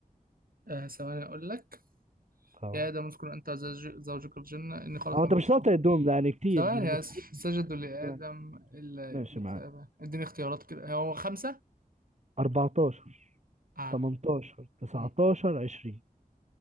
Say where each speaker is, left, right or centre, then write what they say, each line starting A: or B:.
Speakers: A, on the right; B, on the right.
A: آه ثواني أقول لك
B: اه
A: يا آدم اذكر أنت وزوج- زوجك الجنة إني خلق
B: هو انت
A: من
B: مش
A: بشر
B: شاطر الدوم ده يعني كتير
A: ثواني
B: مش مستحيل
A: بس سجدوا لآدم
B: ما-
A: إلا
B: ماشي
A: إبليس
B: معاك
A: أبى اديني اختيارات كده هو خمسة؟
B: 14
A: اه
B: 18 19
A: مم.
B: 20